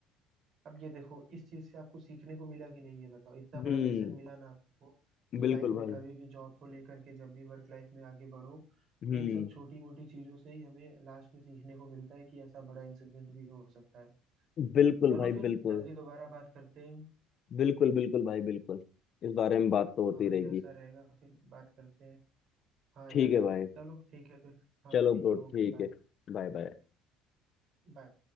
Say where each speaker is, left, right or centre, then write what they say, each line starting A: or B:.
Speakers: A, on the right; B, on the left.
A: अब ये देखो इस चीज से आपको सीखने को मिला कि नहीं ये बताओ इतना
B: हम्म
A: बड़ा लेसन मिला ना आपको कि
B: बिल्कुल
A: लाइफ में
B: भाई
A: कभी भी जॉब को लेकर के जब भी वर्क लाइफ में आगे बढ़ो
B: हम्म
A: तो इन सब छोटी मोटी चीजों से ही हमें लास्ट में सीखने को मिलता है कि ऐसा बड़ा इंसिडेंट भी हो सकता है
B: बिल्कुल
A: चलो
B: भाई
A: फिर
B: बिल्कुल
A: जल्दी दोबारा बात करते हैं
B: बिल्कुल बिल्कुल भाई बिल्कुल इस बारे में बात तो होती
A: हाँ
B: रहेगी
A: जैसा रहेगा फिर बात करते हैं हाँ
B: ठीक
A: यार
B: है भाई
A: चलो ठीक है फिर हाँ
B: चलो
A: ठीक
B: ब्रो
A: है ओके
B: ठीक
A: बाय
B: है Bye bye
A: बाय